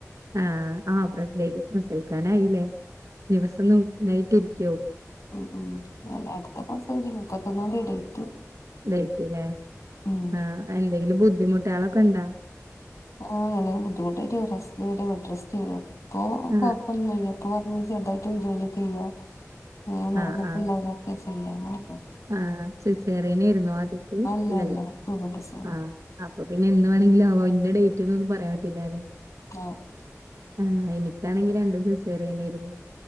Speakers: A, on the right; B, on the left.
A: ആഹ് ആഹ് ആഹ് പ്രസ്‌ലെ പ്രസവിക്കാനായ്ല്ലേ ദിവസം നോ ഇതായ്ട്ടിരിക്കാവും
B: ഹ്മ്മ് ഹ്മ്മ് അല്ല അട്ത്ത മാസം ജുൺ മുപ്പത്തൊന്നാന്തിയാ ഡേറ്റ്
A: ഡെയ്റ്റ്ല്ലേ,
B: ഉം
A: ആഹ് എന്തെങ്കിലും ബുദ്ധിമുട്ടാളൊക്കെ ഇണ്ടോ
B: ആഹ് ഇങ്ങനെ ബുദ്ധിമുട്ടായിട്ട് റെസ്റ്റ് പറയാൻ ബെഡ് റസ്റ്റെനി ഇപ്പൊ
A: ആഹ്
B: കൊ ഴപ്പൊന്നുല്ല ഇപ്പൊ പറഞ്ഞ് ചെറുതായിട്ട് ജോലിയൊക്കെയ്യാ ഇങ്ങനെ നടന്നിട്ടുള്ളതാ
A: ആഹ് ആഹ്
B: ഒക്കെ ചെയ്യാന്ന് പറഞ്ഞ്
A: ആഹ് സിസേറിയനേയിരുന്നു ആദ്യത്തെ
B: അല്ല
A: അല്ലല്ലോ
B: അല്ല സുഖപ്രസവം
A: ആഹ് അപ്പൊ പിന്നെ എന്ന് വേണമെങ്കിലും ആവാ ഇഞ്ഞ ഡേറ്റ് എന്നൊന്നും പറയാൻ പറ്റില്ലാല്ലെ
B: ആഹ്
A: ആഹ് എനിക്കാണെങ്കി രണ്ടും സിസറിയനേന്ന്